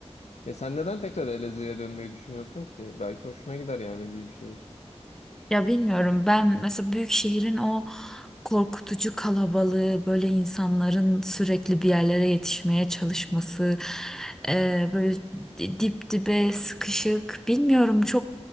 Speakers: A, on the left; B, in the centre.
A: Ya sen neden tekrar Elazığ'a dönmeyi düşünüyorsun ki? Belki hoşuna gider yani büyük şehir.
B: Ya bilmiyorum ben mesela büyük şehrin o korkutucu kalabalığı, böyle insanların sürekli bir yerlere yetişmeye çalışması, e, böyle dip dibe sıkışık, bilmiyorum çok